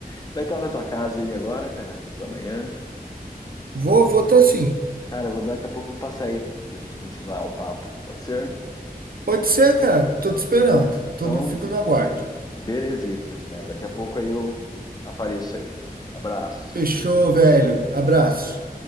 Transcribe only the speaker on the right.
Vou, vou tá assim.
Pode ser, cara. Tô te esperando. Tô,
não fico no aguardo.
Fechou, velho. Abraço.